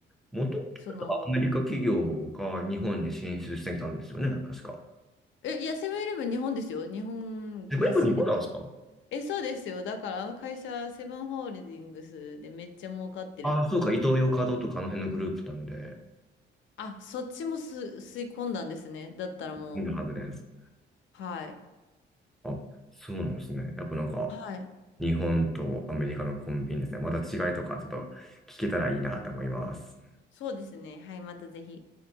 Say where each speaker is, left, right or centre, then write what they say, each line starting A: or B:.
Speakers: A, in the centre; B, on the left (about 70°).
A: もともとアメリカ企業が日本に進出してきたんですよね、
B: その、
A: 確か。
B: え、いや、セブンイレブン日本ですよ。日本発信ですよ。
A: セブンイレブン日本なんですか
B: え、そうですよ。だからあの会社、セブンホールディングスでめっちゃ儲かってるって
A: ああ、そうか、イトーヨーカドーとかあの辺のグループなんで、
B: あ、そっちもす吸い込んだんですね。だったらも
A: いるはずです。
B: う、はい。
A: あ、そうなんですね。やっぱなんか、
B: はい。
A: 日本とアメリカのコンビニですね。また違いとかちょっと聞けたらいいなと思います。
B: そうですね。はい、またぜひ。